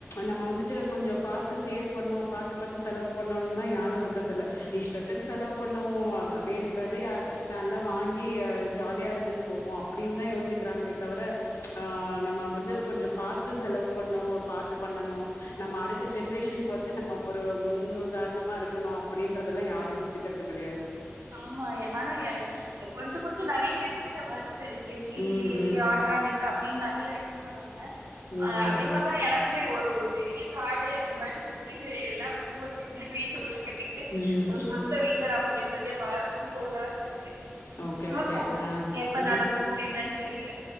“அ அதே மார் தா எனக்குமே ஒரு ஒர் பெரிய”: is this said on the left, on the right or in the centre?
Right